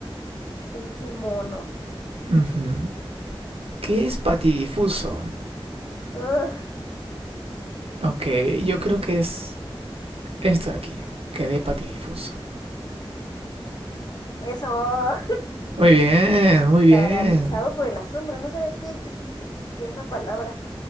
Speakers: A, on the left; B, on the right.
A: El kimono.
B: <laughs> Ujú. ¿Qué es patidifuso?
A: Ugh,
B: Ok, yo creo que es esto de aquí, que de patidifuso.
A: eso.
B: Muy bien,
A: <laughs>
B: muy bien.
A: Paralizado por el asombro. No sabía que, es que existía esa palabra.